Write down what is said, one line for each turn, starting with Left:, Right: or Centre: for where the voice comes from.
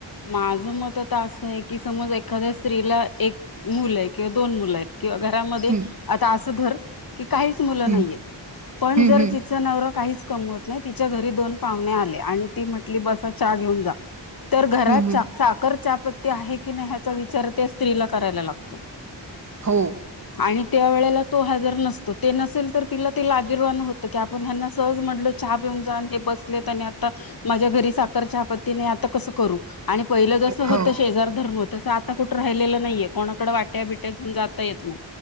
Left: माझ मत आता असं आहे की, समज एक खाद्य स्त्रीला एक मुलं आहे किंवा दोन मुलं आहेत किंवा घरामध्ये,
Right: हम्म
Left: आता असं धर, की काहीच मुलं
Right: हम्म
Left: नाही हत्येत. पण
Right: हम्म
Left: जर
Right: हम्म
Left: तिचा नवरा काहीच कमवत नाही, तिच्या घरी दोन पाहुणे आले, आणि ती म्हटली बसा चहा घेऊन जा तर घरात
Right: हम्म हम्म
Left: साखर चहापत्ती आहे की नाही ह्याचा विचार त्या स्त्रीला करायला लागतो.
Right: हो!
Left: आणि त्या वेळेला तो हजर नसतो ते नसेल तर तिला ते लाजीरवाण होतं की आपण ह्यांना सहज म्हटल चहा पिऊन जा हे बसले आणि आता माझ्या घरी साखर चहा पत्तीने आता कस आणि पहिलं जसं
Right: हो
Left: होत शेजार धर्म तसं आता कुठं राहिलेलं नाहीय. कोणाकडे वाट्या बिट्या घेऊन जाता येत नाही,